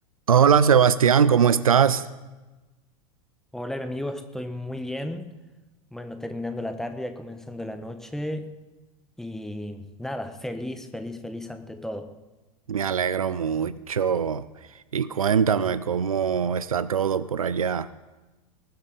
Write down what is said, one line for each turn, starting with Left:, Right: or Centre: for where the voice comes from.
Right: Hola Sebastián, ¿cómo estás?
Centre: Hola, mi amigo, estoy muy bien. Bueno, terminando la tarde, ya comenzando la noche y nada, feliz, feliz, feliz ante todo.
Right: Me alegro mucho. Y cuéntame cómo está todo por allá.